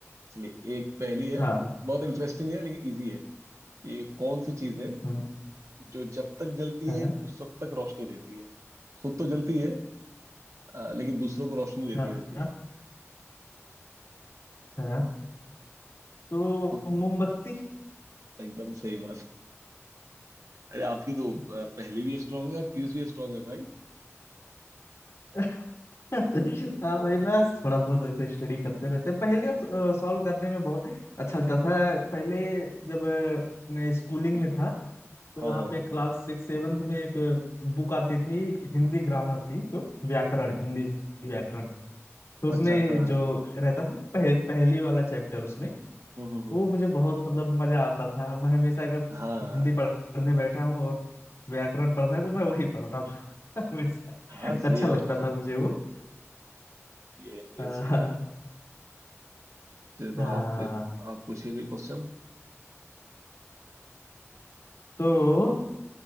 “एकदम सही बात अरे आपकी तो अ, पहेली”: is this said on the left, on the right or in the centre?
Right